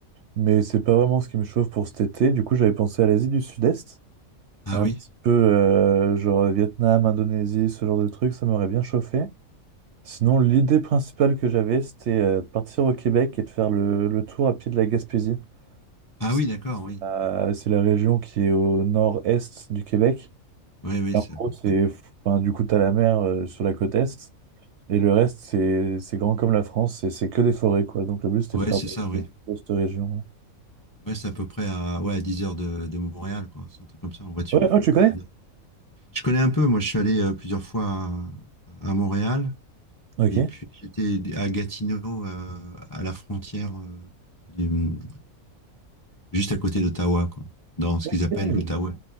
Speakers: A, on the right (about 65°); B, on the left (about 25°).
A: mais c'est pas vraiment ce qui me chauffe pour cet été. Du coup, j'avais pensé à l'Asie du Sud-Est,
B: Ah
A: un
B: oui,
A: petit peu euh, genre Vietnam, Indonésie, ce genre de trucs, ça m'aurait bien chauffé. Sinon, l'idée principale que j'avais, c'était euh, de partir au Québec et de faire le, le tour à pied de la Gaspésie.
B: ah
A: C'est
B: oui, d'accord, oui.
A: euh, c'est la région qui est au nord-est du Québec.
B: Oui, oui,
A: Et en
B: c'est à
A: gros,
B: peu
A: c'est,
B: près.
A: enfin, du coup, t'as la mer euh, sur la côte est, et le reste, c'est c'est grand comme la France, et c'est que des forêts, quoi. Donc le but, c'était
B: Ouais,
A: de faire
B: c'est ça, oui.
A: de, de cette région.
B: Ouais, c'est à peu près à, ouais, à 10 heures de, de Montréal, quoi. C'est un truc comme ça en voiture.
A: Ouais, oh,
B: 8,
A: tu
B: 10
A: connais?
B: heures. Je connais un peu, moi je suis allé euh, plusieurs fois à, à Montréal.
A: Ok.
B: Et puis j'étais à Gatineau, euh, à la frontière, euh, du- juste à côté d'Ottawa, quoi, dans ce
A: Ok.
B: qu'ils appellent l'Outaouais.